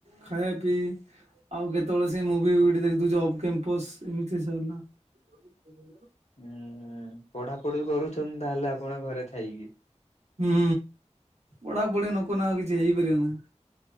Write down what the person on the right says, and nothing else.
ଖାଇବା ପିଇ ଆଉ, କେତେବେଳେ ସେ ମୁଭିଫୁଭି ଟି ଦେଖ୍ ଦଉଛି ଅଫ୍ କେମ୍ପସ୍ ଇମତି ସରଲା। <inaudible>
ହୁଁ, ପଢାପଢି ନକନା ଆଉ କିଛି ହେଇପାରିବ ନା?